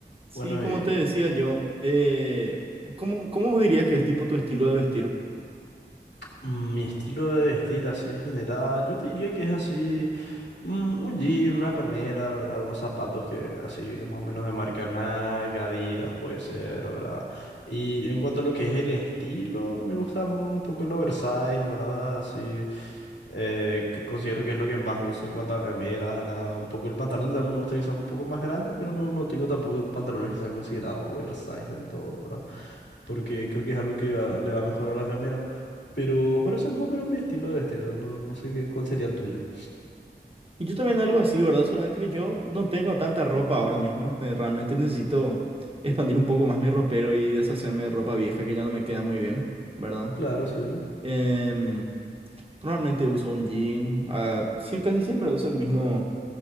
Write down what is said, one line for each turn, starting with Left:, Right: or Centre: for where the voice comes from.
Right: Sí,
Left: Bueno,
Right: como
Left: eh,
Right: te decía yo, eh, ¿cómo, cómo dirías que es tipo tu estilo de vestir?
Left: mm, mi estilo de vestir así en general, yo te diría que es así, mm, un jean, una remera, ¿verdad? Unos zapatos que así más o menos de marca Nike, Adidas puede ser, ¿verdad? Y en cuanto a lo que es el estilo, me gusta un poco el oversize, ¿verdad? Así, eh, que considero que es lo que más uso en cuanto a remeras, ¿verdad? Un poco el pantalón también me gusta que sea un poco más grande, pero no, no tengo tampoco pantalones que sean considerados oversize del todo, ¿verdad? porque creo que es algo que va- le va a mejorar a la remera. Pero parece más o menos mi estilo de vestir, no, no sé qué, cuál sería el tuyo.
Right: Y yo también algo así, ¿verdad? Solamente que yo no tengo tanta ropa ahora mismo. eh, realmente necesito expandir un poco más mi ropero y deshacerme de ropa vieja que ya no me queda muy bien, ¿verdad?
Left: Claro, sí,
Right: Em, normalmente uso un jean. ah, sí, casi siempre uso el mismo,